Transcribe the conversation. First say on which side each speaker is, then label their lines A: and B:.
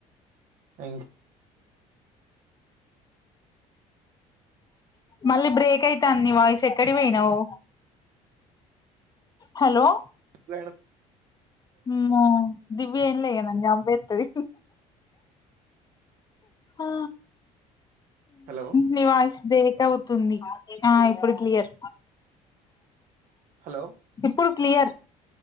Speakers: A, on the right (about 70°); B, on the left (about 25°).
A: ఇన్
B: మళ్ళీ బ్రేక్ అయితాంది వాయిస్ ఎక్కడి పోయినావు హలో
A: లేను
B: ఉమ్ దివ్య ఏం లేదు నన్ను చంపేస్తాది ఆ
A: హలో
B: నీ వాయిస్ బ్రేక్ అవుతుంది ఆ ఇప్పుడు క్లియర్
A: హలో
B: ఇప్పుడు క్లియర్